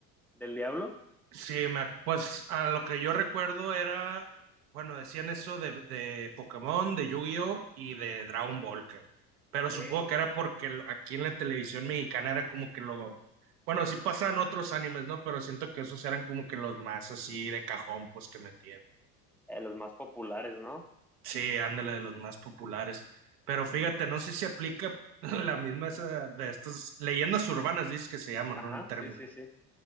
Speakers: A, in the centre; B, on the right (about 75°).
A: del diablo.
B: Sí, me, pues a lo que yo recuerdo era, bueno, decían eso de, de Pokémon, de Yu-Gi-Oh y de Dragon Ball, cabrón. Pero
A: Ok, eh,
B: supongo que era porque lo- aquí en la televisión mexicana era como que lo, bueno, sí pasaban otros animes, ¿no? Pero siento que esos eran como que los más así de cajón, pues que metían.
A: los más populares, ¿no?
B: Sí, ándale, de los más populares. Pero fíjate, no sé si aplica <laughs> la misma esa de estas leyendas urbanas, dices que se llaman,
A: Ajá,
B: ¿no? El término.
A: sí, sí, sí.